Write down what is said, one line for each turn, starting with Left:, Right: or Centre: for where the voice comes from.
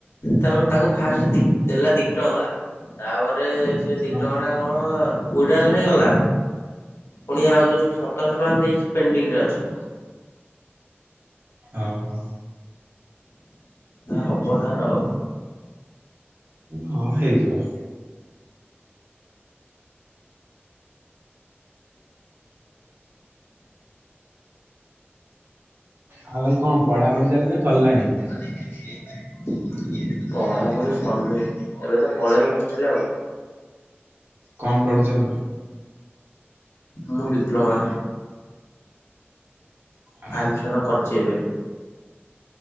Left: ତାର ତାକୁ ଫାଷ୍ଟ ଦେଲା ଦି ଟଙ୍କା, ତାପରେ ସିଏ ଦି
Right: ଓହୋ
Left: ଟଙ୍କା ଟା କଣ ୱିଡ୍ରାଲ୍ ହେଇଗଲା, ପୁଣି ଆଉ ଯୋଉ ସତରଶହ ଟଙ୍କା ଦେଇଚି ପେଣ୍ଡିଙ୍ଗ ରେ ଅଛି।
Right: ଅହ।
Left: ହବ ତାର ଆଉ।
Right: ହଁ ହେଇଯିବ। ଆଉ ଭାଇ କଂ ପଢା ପଢି ଚାଲିଚି ନା ସରିଲାଣି।
Left: <unintelligible> ପଢାପଢି ସରନେଇ ଏବେ ତ ପଳେଇବି ହଷ୍ଟେଲ ଆଉ।
Right: କଂ ପଢୁଚ।
Left: ମୁଁ ଡିପ୍ଲୋମା।
Right: ଆ
Left: ଆଡ୍ମିଶନ କରିଚି ଏବେ।